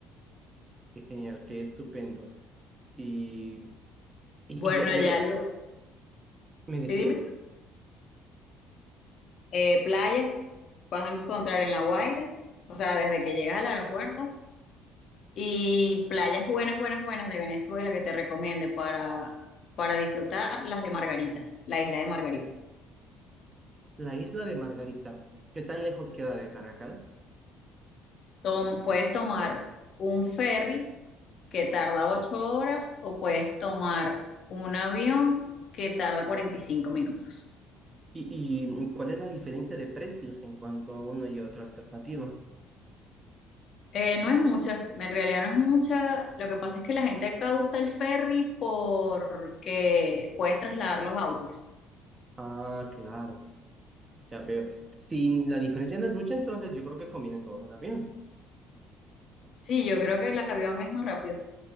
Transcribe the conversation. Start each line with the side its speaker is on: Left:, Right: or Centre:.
Right: Qué genial, qué estupendo. Y, y,
Left: Bueno,
Right: y ya, ya
Left: ya
Right: me,
Left: lo...
Right: ¿me decías?
Left: ¿Sí, dime? Eh, playas, vas a encontrar en La Guaira, o sea, desde que llegas al aeropuerto, y playas buenas, buenas, buenas de Venezuela que te recomiende para, para disfrutar las de Margarita, la isla de Margarita.
Right: La isla de Margarita, ¿qué tan lejos queda de Caracas?
Left: Tom- puedes tomar un ferry que tarda ocho horas o puedes tomar un avión que tarda 45 minutos.
Right: ¿Y, y mm, cuál es la diferencia de precios en cuanto a una y otra alternativa?
Left: Eh, no es mucha, en realidad no es mucha. Lo que pasa es que la gente causa el ferry porque puedes trasladar los autos.
Right: Ah, claro, ya veo. Si la diferencia no es mucha, entonces yo creo que conviene tomar un avión.
Left: Sí, yo creo que el avión es más rápido.